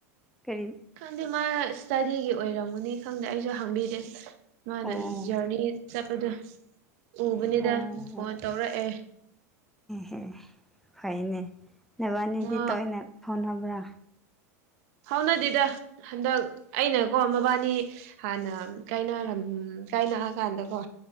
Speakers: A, in the centre; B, on the right.
A: ꯀꯔꯤ
B: ꯈꯪꯗꯦ ꯃꯥ ꯏꯁꯇꯗꯤꯒꯤ ꯑꯣꯏꯔꯝꯃꯨꯅꯤ ꯈꯪꯗꯦ ꯑꯩꯁꯨ ꯍꯪꯕꯤꯗꯦ ꯃꯥꯅ
A: ꯑꯣ
B: ꯖꯔꯅꯤ ꯆꯠꯄꯗꯣ ꯎꯕꯅꯤꯗ
A: ꯑꯣ
B: ꯐꯣꯟ ꯇꯧꯔꯛꯑꯦ
A: ꯑꯦ ꯐꯩꯅꯦ ꯅꯕꯥꯅꯤꯗꯤ
B: ꯃꯥ
A: ꯇꯣꯏꯅ ꯐꯥꯎꯅꯕ꯭ꯔꯥ
B: ꯍꯥꯎꯅꯗꯤꯗ ꯍꯟꯗꯛ ꯑꯩꯅꯀꯣ ꯃꯕꯥꯅꯤ ꯍꯥꯟꯅ ꯀꯥꯏꯅꯔꯝ ꯀꯥꯏꯅꯛꯑꯀꯥꯟꯗꯀꯣ